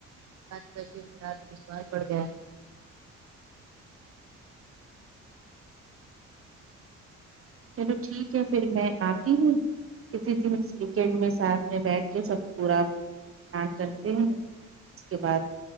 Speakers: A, on the right; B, on the right.
A: کد کر کے میرات وشوس بڑھ گیا
B: چلو ٹھیک ہے پھر میں آتی ہوں کسی دن ویکڈ میں ساتھ میں بیٹھ کے سب پوراان کرتے ہیں اس کے بعد